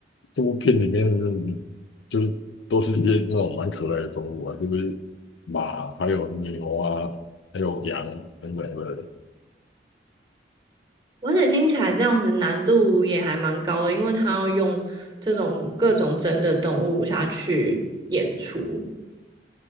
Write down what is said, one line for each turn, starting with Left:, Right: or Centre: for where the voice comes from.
Left: 这部片里面就是都是一些那种蛮可爱的动物啊，就是马，还有牛啊，还有羊等等的。
Right: 而且听起来这样子难度也还蛮高的，因为它要用这种各种真的动物下去演出。